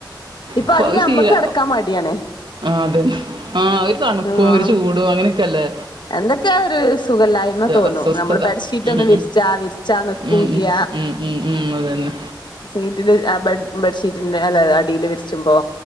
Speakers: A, on the left; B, on the right.
A: ഇപ്പൊ
B: അപ്പൊ
A: അയില്
B: അത് ശീല
A: അമ്മക്ക് കിടക്കാൻ മടിയാണ്.
B: ആ അതെ ആഹ ഒരു തണുപ്പും
A: ആഹ്
B: ഒരു ചൂടും അങ്ങനെയൊക്കല്ലേ.
A: എന്തൊക്കെയാ ഒരു സുഖല്ലായ്മ തോന്നുന്നു
B: അസ്വസ്ഥത
A: നമ്മള് ബെഡ്ഷീറ്റ്
B: ഉം
A: ഒന്നും വിരിച്ചാ വിരിച്ചാ നിൽക്കൂല.
B: ഉം ഉം ഉം ഉം ഉം അതു തന്നെ
A: സീറ്റില് ബെഡ്ഷീറ്റിന്റെ അല്ലതെ അടിൽ വിരിച്ചുമ്പോ.